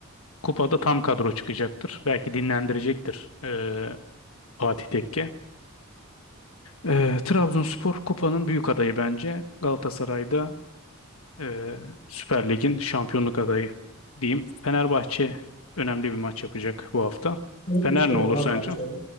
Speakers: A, on the left; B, on the left.
A: Kupada tam kadro çıkacaktır. Belki dinlendirecektir e, Fatih Tekke. Ee, Trabzonspor kupanın büyük adayı bence. Galatasaray'da e, Süper Lig'in şampiyonluk adayı diyeyim. Fenerbahçe önemli bir maç yapacak bu hafta.
B: Böyle
A: Fener
B: bir şey
A: ne
B: olur
A: olur
B: abi
A: sence?
B: bence.